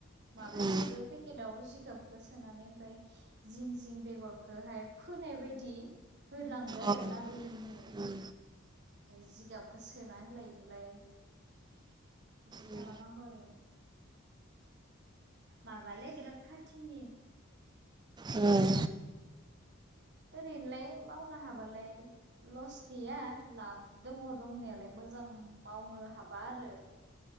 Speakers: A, on the right; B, on the right.
A: माबायाव
B: उम
A: सोदो पेकेटाव जिगाबखौ सोनानै ओमफ्राय जिं जिं बेगरखौहाय फोनाय बायदि होलांदो आरो
B: अ
A: लारिनो
B: उम
A: जिगाबखौ सोना होलायदोलाय बिदि खालामनांगौ
B: उम
A: आरो माबालै बिराद खाथिनि
B: उम
A: ओरैनोलाय मावनो हाबालाय लस गैया लाब दङ दंनायालाय मोजां मावनो हाबा आरो